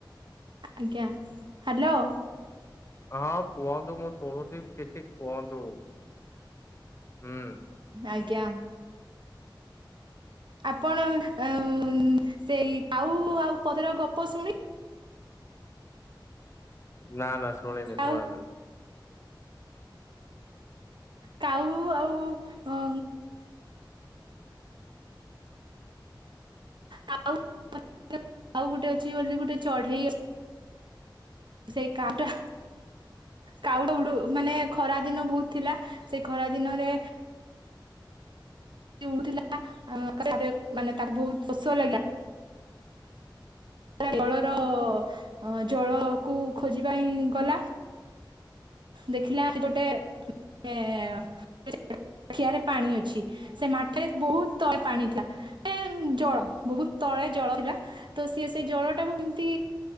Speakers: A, on the right; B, on the left.
A: ଆଜ୍ଞା ହାଲୋ।
B: ହଁ କୁହନ୍ତୁ ମୁଁ ଶୁଣୁଚି କିଛି କୁହନ୍ତୁ ହୁଁ।
A: ଆଜ୍ଞା। ଆପଣ ଅ ସେଇ କାଉ ଆଉ ପଥର ଗପ ଶୁଣି
B: ନା ନା ଶୁଣିନି ଶୁଣାନ୍ତୁ।
A: ଆଉ କାଉ ଆଉ ଅ କାଉ <unintelligible> <unintelligible> କାଉ ଗୋଟେ ଅଛି ବୋଲି ଗୋଟେ ଚଢେଇ ଅ ସେଇ କାଉ ଟା କାଉଟା ଉଡ଼ୁ ମାନେ ଖରା ଦିନ ବହୁତ୍ ଥିଲା ସେ ଖରା ଦିନରେ ସେ ଉଡ଼ୁଥିଲା ତାପରେ ମାନେ ତାକୁ ବହୁତ ଶୋଷ ଲାଗିଲା ତା ଗଳର ଅ ଜଳକୁ ଖୋଜିବା ପାଇଁ ଗଲା ଦେଖିଲା ଗୋଟେ ଏ <unintelligible> ମାଠିଆରେ ପାଣି ଅଛି ସେ ମାଟିରେ ବହୁତ୍ ତଳେ ପାଣି ଥିଲା। <unintelligible> ଜଳ ବହୁତ୍ ତଳେ ଜଳ ଥିଲା। ତ ସିଏ ସେ ଜଳ ଟାକୁ କେମତି